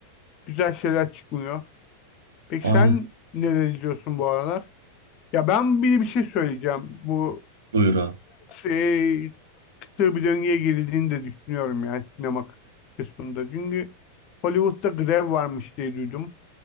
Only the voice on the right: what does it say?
Aynen.
Buyur abi.